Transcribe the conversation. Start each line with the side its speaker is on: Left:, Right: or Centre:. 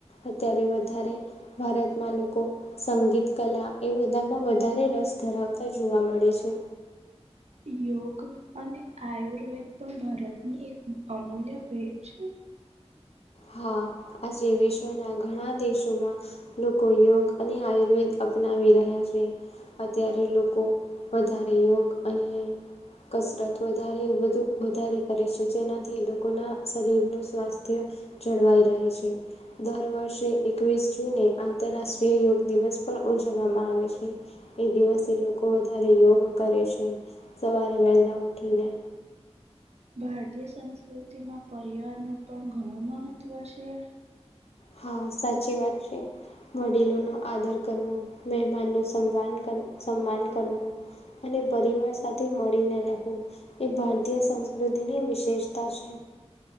Left: અત્યારે વધારે ભારત માં લોકો સંગીત કલા એ બધામાં વધારે રસ ધરાવતા જોવા મળે છે
Right: યોગ અને આયુર્વેદ પણ ભારતની એક અમૂલ્ય ભેટ છે
Left: હા આજે વિશ્વના ઘણા દેશોમાં લોકો યોગ અને આયુર્વેદ અપનાવી રહ્યા છે અત્યારે લોકો વધારે યોગ અને કસરત વધારે બુ વધારે કરે છે જેનાથી લોકોના શરીરનું સ્વાસ્થ્ય જળવાઈ રહે છે દર વર્ષે એકવીસ જૂને આંતરરાષ્ટ્રીય યોગ દિવસ પણ ઉજવવામાં આવે છે એ દિવસે લોકો વધારે યોગ કરે છે સવારે વહેલા ઉઠીને
Right: ભારતીય સંસ્કૃતિમાં પરિવારનું પણ ઘણું મહત્ત્વ છે.
Left: હા સાચી વાત છે. વડીલો નો આદર કરવો, મહેમાન નું સમાન સન્માન કરવું, અને પરિવાર સાથે મળીને રહેવું. એ ભારતીય સંસ્કૃતિની વિશેષતા છે.